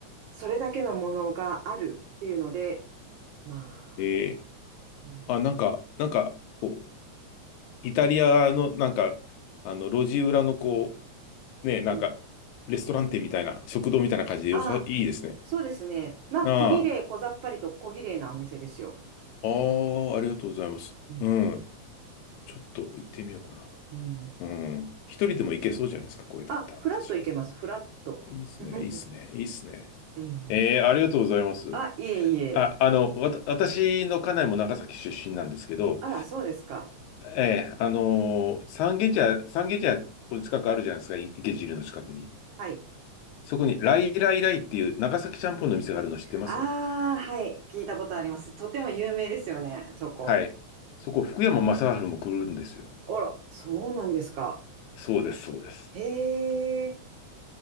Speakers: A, on the right; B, on the left.
A: それだけのものがあるっていうので、まあね、
B: ええ。
A: うん。
B: あ、なんか、なんか、こう、イタリアのなんか、あの、路地裏のこう、ね、なんか、
A: うん。
B: レストラン店みたいな、食堂みたいな感じでよさ、
A: ああ、
B: いいですね。
A: そうですね。まあ、
B: あ
A: 小綺麗、小ざっぱりと小綺麗なお店ですよ。
B: あ、ああ、ありがとうございます。
A: うん。
B: うん。ちょっと行ってみようかな。
A: うん。
B: うん。一人でも行けそうじゃないですか、これだったら私。
A: あ、フラットいけます、フラット。
B: いいですね、
A: <laughs>
B: いいですね、いいですね。
A: うん。
B: ええ、ありがとうございます。
A: あ、いえいえ。
B: あ、あの、わた、私の家内も長崎出身なんですけど、
A: あら、そうですか。
B: ええ、あのー三軒茶屋、三軒茶屋、ここに近くあるじゃないですか、い池尻の近くに。
A: はい。
B: そこに、ライライライっていう長崎ちゃんぽんの店があるの知ってます
A: ああ、はい。聞いたことあります。とても有名ですよね、そこ。
B: はい。そこ、福山雅治も来るんですよ。
A: あら、そうなんですか。
B: そうです、そうです。
A: へえ、